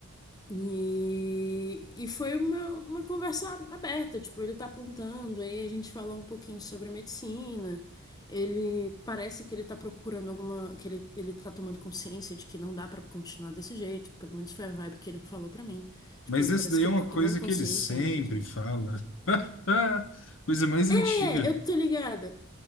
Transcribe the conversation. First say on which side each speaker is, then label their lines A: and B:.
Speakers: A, on the left; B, on the left.
A: e, e foi uma, uma conversa aberta, tipo, ele tá plantando, aí a gente falou um pouquinho sobre a medicina, ele parece que ele tá procurando alguma, que ele, ele tá tomando consciência de que não dá pra continuar desse jeito, pelo menos foi a vibe que ele falou pra mim, tipo,
B: Mas essa
A: parece
B: daí
A: que
B: é uma
A: ele tá
B: coisa
A: tomando consciência
B: que ele sempre
A: mesmo.
B: fala. <laughs> Coisa mais
A: É,
B: antiga.
A: eu tô ligada,